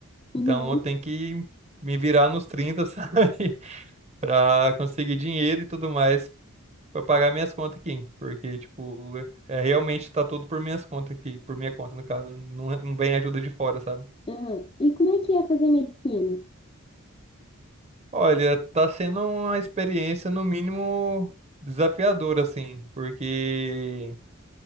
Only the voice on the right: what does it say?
Então, eu tenho que me virar nos 30 <laughs> sabe? Para conseguir dinheiro e tudo mais para pagar minhas contas aqui, porque tipo, é é, realmente tá tudo por minhas contas aqui, por minha conta no caso, não, é, não vem ajuda de fora, sabe?
Olha, tá sendo uma experiência no mínimo desafiadora, assim, porque